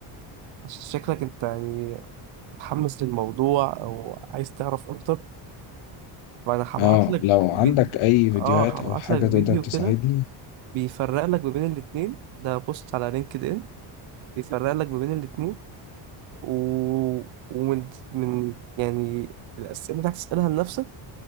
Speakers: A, on the right (about 60°); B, on the left (about 70°).
A: عشان شكلك انت يعني متحمس للموضوع او عايز تعرف اكتر فانا هبعت
B: اه
A: لك
B: لو
A: فيديو
B: عندك اي فيديوهات
A: اه هبعت
B: او حاجه
A: لك
B: تقدر
A: فيديو
B: تساعدني
A: كده بيفرق لك ما بين الاتنين ده بوست على لينكد ان بيفرق لك ما بين الاتنين و... ومن من يعني الأسئلة اللي هتسألها لنفسك